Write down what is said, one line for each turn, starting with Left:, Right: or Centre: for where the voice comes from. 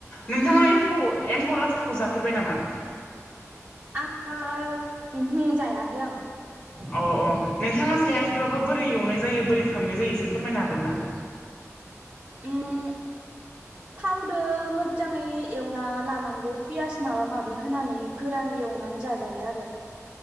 Left: नोंथाङा एम्फौ एम्फौ लाथाखौ जाफेरबाय नामा?
Right: आङो उमहो जायाखै आं।
Left: अ अ नोंथाङा जायाखैबाबो बोरै एवनाय जायो बोरै खालामनाय जायो एसे फोरमायनो हागोन ना? <inaudible>
Right: उम थावदो मोजाङै एवना लानांगौ पियास माबा माबि होनानै गोरानै एवनानै जाजायो आरो।